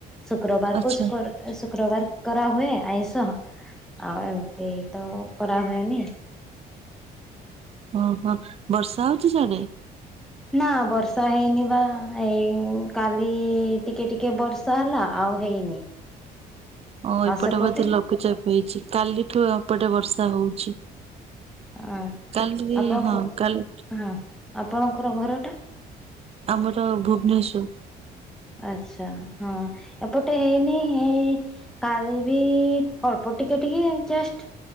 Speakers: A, in the centre; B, on the right.
A: ଶୁକ୍ରବାର
B: ଆଚ୍ଛା।
A: କୁ ଶକ୍ର ଶୁକ୍ରବାର କରାହୁଏ ଆଇଁଷ। ଆଉ ଏମିତି ତ କରାହୁଏନି।
B: ଓହୋ, ବର୍ଷା ହଉଛି ସିଆଡେ?
A: ନା ବର୍ଷା ହେଇନିବା, ଏଇ କାଲି ଟିକେ ଟିକେ ବର୍ଷା ହେଲା। ଆଉ ଆଉ ହେଇନି।
B: ହଁ, ଏପଟେ
A: ଆଉ ସେପଟେ
B: ବୋଧେ ଲଘୁଚାପ ହେଇଛି। କାଲିଠୁ ଏପଟେ ବର୍ଷା ହଉଛି।
A: ଆ
B: କାଲି
A: ଆପଣଙ୍କ
B: ହଁ କାଲି।
A: ହଁ ଆପଣଙ୍କର ଘରଟା?
B: ଆମର ଭୁବନେଶ୍ଵର।
A: ଆଚ୍ଛା, ହଁ ଏପଟେ ହେଇନି। ଏଇ ପାଣି ବି ଅଳ୍ପ ଟିକେ, ଟିକେ ଜଷ୍ଟ